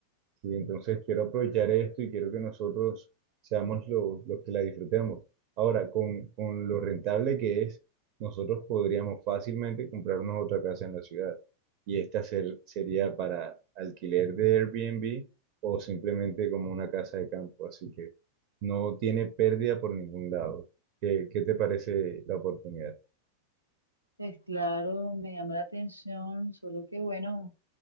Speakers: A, on the right (about 45°); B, on the left (about 85°).
A: Sí, entonces quiero aprovechar esto y quiero que nosotros seamos los, los que la disfrutemos. Ahora, con, con lo rentable que es, nosotros podríamos fácilmente comprarnos otra casa en la ciudad y esta ser- sería para alquiler de Airbnb o simplemente como una casa de campo, así que no tiene pérdida por ningún lado. ¿Qué, qué te parece la oportunidad?
B: Pues claro, me llama la atención, solo que bueno,